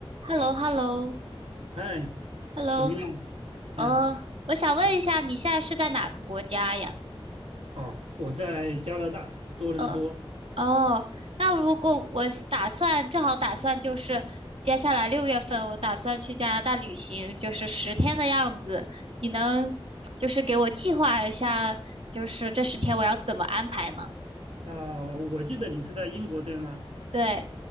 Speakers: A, on the right; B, on the right.
A: h e l l o h e l l o
B: 嗨，
A: h e l l
B: 怎么样？
A: o 呃，
B: 嗯，
A: 我想问一下，你现在是在哪个国家呀？
B: 哦，我在加拿大多伦多
A: 呃，哦，那如果我是打算，正好打算就是接下来六月份，我打算去加拿大旅行，就是十天的样子，你能就是给我计划一下，就是这十天我要怎么安排吗？
B: 啊，我记得你是在英国对吗？
A: 对。